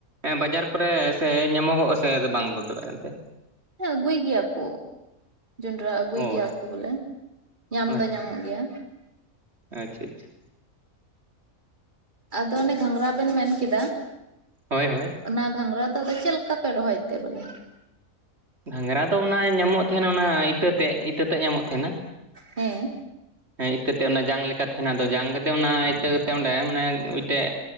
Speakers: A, on the right; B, on the right.
A: ᱵᱟᱡᱟᱨ ᱠᱚᱨᱮ ᱥᱮ ᱧᱟᱢᱚᱜᱚᱜᱼᱟ ᱥᱮ ᱵᱟᱝ ᱫᱚ ᱛᱚᱵᱮ ᱮᱱᱛᱮᱼᱼ
B: ᱦᱮᱸ ᱟᱹᱜᱩᱭ ᱜᱮᱭᱟ ᱠᱩ᱾ ᱡᱚᱸᱰᱨᱟ ᱟᱹᱜᱩᱭ
A: ᱦᱳᱭ
B: ᱜᱮᱭᱟ ᱠᱩ ᱵᱚᱞᱮ ᱧᱟᱢ
A: ᱦᱳᱭ
B: ᱫᱚ ᱧᱟᱢᱚᱜ ᱜᱮᱭᱟ᱾
A: -ᱟᱪᱪᱷᱟ ᱟᱪᱪᱷᱟ
B: ᱟᱫᱚ ᱚᱱᱮ ᱜᱷᱟᱸᱝᱨᱟ ᱵᱮᱱ ᱢᱮᱱᱠᱮᱫᱟ᱾
A: ᱦᱚᱭ ᱦᱚᱭ᱾
B: ᱚᱱᱟ ᱜᱷᱝᱨᱟᱫᱚ ᱟᱫᱚ ᱪᱮᱫ ᱞᱮᱠᱟᱠᱟ ᱯᱮ ᱨᱚᱦᱚᱛᱮ ᱵᱚᱞᱮ?
A: ᱜᱷᱟᱸᱝᱨᱟ ᱫᱚ ᱚᱱᱟ ᱧᱟᱢᱚᱜ ᱛᱮᱦᱮᱱᱟ ᱚᱱᱟ ᱤᱛᱟᱹ ᱛᱮᱜ ᱤᱛᱟᱹᱛᱮᱜ ᱧᱟᱢᱚᱜ ᱛᱮᱦᱮᱱᱟ᱾
B: ᱦᱮᱸ
A: ᱦᱮᱸ ᱤᱛᱟᱹᱛᱮᱜ ᱚᱱᱟ ᱡᱟᱝ ᱞᱮᱠᱟ ᱛᱮᱦᱮᱱᱟ ᱡᱟᱝ ᱠᱟᱛᱮᱜ ᱚᱱᱟ ᱤᱛᱟᱹ ᱠᱟᱛᱮᱜ ᱚᱸᱰᱮ ᱢᱟᱱᱮ ᱢᱤᱫᱴᱮᱜᱼᱼ